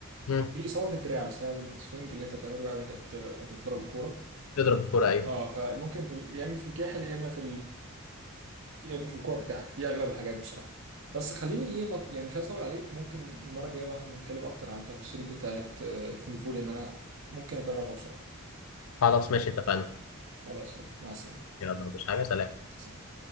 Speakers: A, on the left (about 75°); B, on the right (about 60°).
A: مم.
B: في إصابة في الدراع بسبب السوينج اللي أنت بتعمله بقى وأنت بت... وأنت بتضرب الكورة
A: تضرب الكوره ايوه
B: اه فممكن في... ال- يا إما في الكاحل يا إما في يا اما في الكوره بتاعك دي اغلب الحاجات بصراحه بس خليني ايه ما- يعني مش عايز اطول عليك ممكن المره الجايه بقى نتكلم اكتر عن التفاصيل بتاعه آه، الكونغ فو لان انا ممكن اجربها بصراحه
A: خلاص ماشي اتفقنا
B: خلاص يلا مع السلامه
A: يلا مش حاجه سلام
B: سلام.